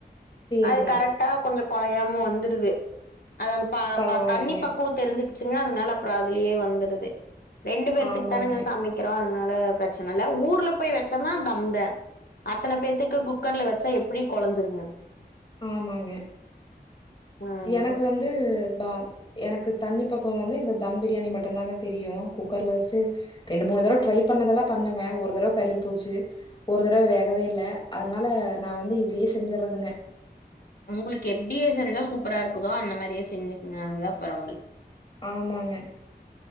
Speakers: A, on the left (about 30°); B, on the left (about 65°).
A: சேரிங்க
B: அது கரெக்டா கொஞ்சோ கொலையாம வந்துடுது அதப்பா
A: பரவாயில்லைங்க
B: தண்ணி பக்குவோ தெரிஞ்சுக் ச்சுங்கன்னா அதனால அப்ரோ அதுலயே வந்துருது ரெண்டு பேத்க்கு
A: ஆமாங்க
B: தானங்க சமைக்கறோ அதனால பரச்சன இல்ல ஊர்ல போய் வச்சோனா தம் தெ அத்தன பேத்துக்கு குக்கர்ல வச்சா எப் எப்டி கொலஞ்சுருங்க
A: ஆமாங்க
B: அதனால.
A: எனக்கு வந்து பா எனக்கு தண்ணி பக்குவோ வந்து இந்த தம் பிரியாணி மட்டு தாங்க தெரியு குக்கர்ல வச்சு ரெண்டு மூணு தடவ ட்ரை பண்ணதெல்லா பண்ணங்க ஒரு தடவை கருகி போச்சு ஒரு தடவ வேகவே இல்ல அதனால நா வந்து இதுலயே செஞ்சறதுங்க
B: உங்களுக்கு எப்டியே செஞ்சா சூப்பரா இருக்குதோ அந்த மாரியே செஞ்சுக்குங்க அதுதா பரவால்ல
A: ஆமாங்க